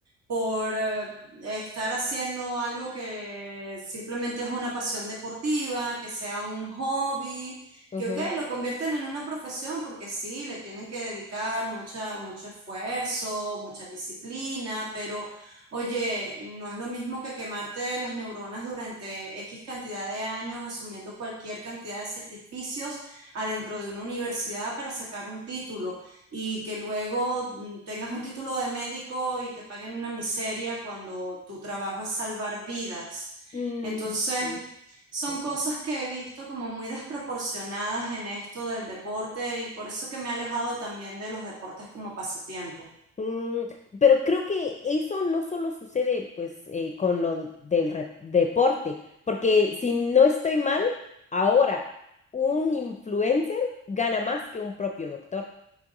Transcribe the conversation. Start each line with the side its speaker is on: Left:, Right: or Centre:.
Right: por eh, estar haciendo algo que simplemente es una pasión deportiva, que sea un hobby,
Left: ujú,
Right: que ok, lo convierten en una profesión porque sí, le tienen que dedicar mucha, mucho esfuerzo, mucha disciplina, pero oye, no es lo mismo que quemarte las neuronas durante X cantidad de años asumiendo cualquier cantidad de sacrificios adentro de una universidad para sacar un título y que luego mm, tengas un título de médico y te paguen una miseria cuando tu trabajo es salvar vidas.
Left: Mm,
Right: Entonces,
Left: sí,
Right: son
Left: concuerdo.
Right: cosas que he visto como muy desproporcionadas en esto del deporte y por eso que me he alejado también de los deportes como pasatiempo.
Left: Mm, pero creo que eso no solo sucede pues eh, con lo del re- deporte, porque si no estoy mal, ahora un influencer gana más que un propio doctor.